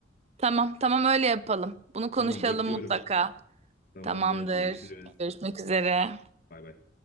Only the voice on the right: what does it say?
Tamam, tamam öyle yapalım. Bunu konuşalım
Tamam. mutlaka.
Tamamdır.
Görüşmek üzere.